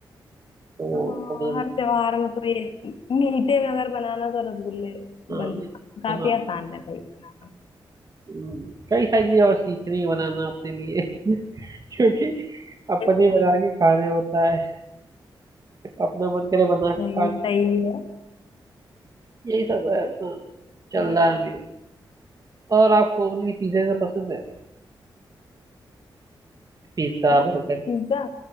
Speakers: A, on the right; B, on the left.
A: तो वो
B: हाँ
A: बना लेता
B: हर त्योहार में तो ये मीठे में अगर बनाना तो रसगुल्ले
A: हूँ
B: बन
A: हाँ, मैं
B: काफी
A: बना
B: आसान रहता है ये बनाना
A: हम्म, कई सारी चीजें और सीखनी है बनाना अपने लिए <laughs> क्योंकि अपने
B: <laughs>
A: बना के खाने होता है अपना मन करे बना के
B: नहीं
A: खा लो।
B: सही है
A: यही सब है अपना चल
B: और
A: रहा है अभी और आपको उनकी पिज्जा से पसंद है पिज्जा
B: क्या
A: बर्गर
B: पिज्जा